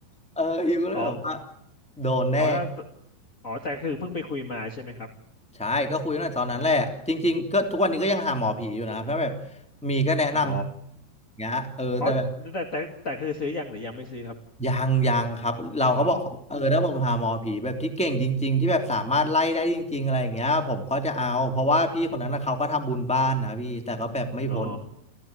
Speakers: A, in the centre; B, on the left.
A: เออฮิมก็เลยแบบว่า
B: <laughs> อ๋อ
A: โดนแน่
B: อ๋อถ้าอ๋อแต่คือเพิ่งไปคุยมาใช่ไหมครับ
A: ใช่ก็คุยตั้งแต่ตอนนั้นแหละจริงๆก็ทุกวันนี้ก็ยังหาหมอผีอยู่นะครับถ้าแบบมีก็แนะน
B: อ๋อ
A: ำอย่างเงี้ยเออแต่แบบ
B: อ๋อแต่แต่แต่แต่คือซื้อยังหรือยังไม่ซื้อครับ
A: ยังยังครับเราก็บอกเขาเออถ้าผมหาหมอผีแบบที่เก่งจริงๆที่แบบสามารถไล่ได้จริงๆอะไรอย่างเงี้ยผมก็จะเอาเพราะว่าพี่คนนั้นนะเขาก็ทำบุญบ้านนะพี่แต่ก็แบบไม่พ้น
B: อ๋ออ๋อ